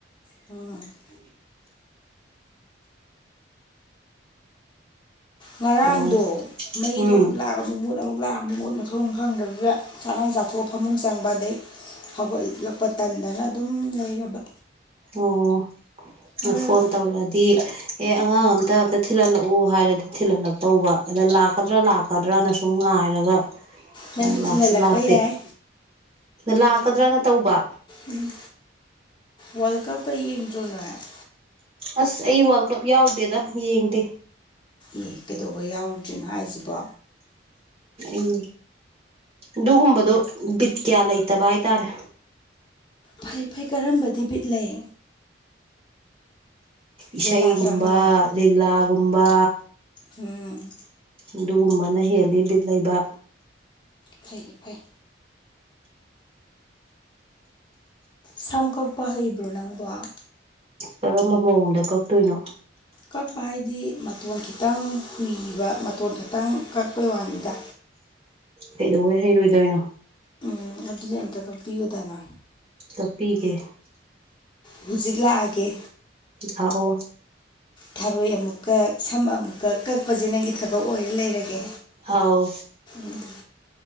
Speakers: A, on the left; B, on the right.
A: <unintelligible> ꯉꯔꯥꯡꯗꯣ
B: ꯑꯗꯨꯒ
A: ꯃꯩꯗꯣ
B: ꯎꯝ
A: ꯑꯃꯨꯛ ꯂꯥꯛ ꯑꯃꯛ ꯃꯨꯠ ꯑꯃꯨꯛ ꯂꯥꯛ ꯑꯃꯛ ꯃꯨꯠ ꯃꯊꯣꯡ ꯈꯪꯗꯕꯗꯨ ꯆꯥꯉꯟ ꯆꯥꯊꯣꯛꯑ ꯐꯃꯨꯡ ꯆꯪꯕ ꯑꯗꯩ ꯍꯧꯒꯠꯂꯛꯄ ꯇꯟꯗꯅ ꯑꯗꯨꯝ ꯂꯩꯔꯕ
B: ꯑꯣ
A: ꯅꯣꯏ
B: ꯐꯣꯟ ꯇꯧꯔꯛꯑꯗꯤ ꯑꯦ ꯑꯉꯥꯡ ꯑꯝꯇ ꯑꯝꯇ ꯊꯤꯜꯍꯜꯂꯛꯎ ꯍꯥꯏꯔꯗꯤ ꯊꯤꯜꯍꯜꯂꯛꯇꯧꯕ ꯑꯗ ꯂꯥꯛꯀꯗ꯭ꯔꯥ ꯀꯗ꯭ꯔꯅ ꯁꯨꯝ ꯉꯥꯏꯔꯒ
A: ꯅꯪꯁꯨ
B: ꯅꯪ ꯂꯥꯛꯁꯨ
A: ꯊꯤꯜꯍꯜꯂꯛꯄ
B: ꯂꯥꯛꯇꯦ
A: ꯌꯥꯏ
B: ꯂꯥꯛꯀꯗ꯭ꯔꯅ ꯇꯧꯕ
A: ꯎꯝ ꯋꯥꯜꯗ ꯀꯞꯀ ꯌꯦꯡꯗꯔꫭꯅꯣꯏ
B: ꯑꯁ ꯑꯩ ꯋꯥꯜ ꯀꯞ ꯌꯥꯎꯗꯦꯗ ꯌꯦꯡꯗꯦ
A: ꯑꯦ ꯀꯩꯗꯧꯕ ꯌꯥꯎꯔꯨꯗ꯭ꯔꯤꯅꯣ ꯍꯥꯏꯁꯤꯕꯣ
B: ꯎꯝ ꯑꯗꯨꯒꯨꯝꯕꯗꯣ ꯕꯤꯠ ꯀꯌꯥ ꯂꯩꯇꯕ ꯍꯥꯏꯇꯥꯔꯦ
A: ꯐꯩ ꯐꯩ ꯀꯔꯝꯕꯗꯤ ꯕꯤꯠ ꯂꯩ
B: ꯏꯁꯩꯒꯨꯝꯕ
A: ꯂꯤꯂꯥ ꯗ꯭ꯔꯃꯥ
B: ꯂꯤꯂꯥꯒꯨꯝꯕ
A: ꯎꯝ
B: ꯑꯗꯨꯒꯨꯝꯕꯅ ꯍꯦꯜꯂꯤ ꯕꯤꯠ ꯂꯩꯕ
A: ꯐꯩ ꯐꯩ ꯁꯝ ꯀꯛꯄ ꯍꯩꯕ꯭ꯔꯣ ꯅꯪꯕꫭ
B: ꯀꯔꯝꯕ ꯃꯑꯣꯡꯗ ꯀꯛꯇꯣꯏꯅꯣ
A: ꯀꯛꯄ ꯍꯥꯏꯗꯤ ꯃꯇꯣꯟ ꯈꯤꯇꯪ ꯍꯨꯏꯕ ꯃꯇꯣꯟ ꯈꯤꯇꯪ ꯀꯛꯄꯩ ꯋꯥꯅꯤꯗ
B: ꯀꯩꯗꯧꯕꯩ ꯍꯩꯔꯣꯏꯗꯣꯏꯅꯣ
A: ꯎꯝ ꯑꯗꯨꯗꯤ ꯑꯝꯇ ꯀꯛꯄꯤꯌꯨꯗꯅ
B: ꯀꯛꯄꯤꯒꯦ
A: ꯍꯧꯖꯤꯛ ꯂꯥꯛꯑꯒꯦ
B: ꯂꯥꯛꯑꯣ
A: ꯊꯥꯔꯣꯏ ꯑꯃꯨꯛꯀꯛ ꯁꯝ ꯑꯃꯨꯛꯀꯛ ꯀꯛꯄꯁꯤ ꯅꯪꯒꯤ ꯊꯕꯛ ꯑꯣꯏꯔ ꯂꯩꯔꯒꯦ
B: ꯑꯧ
A: ꯎꯝ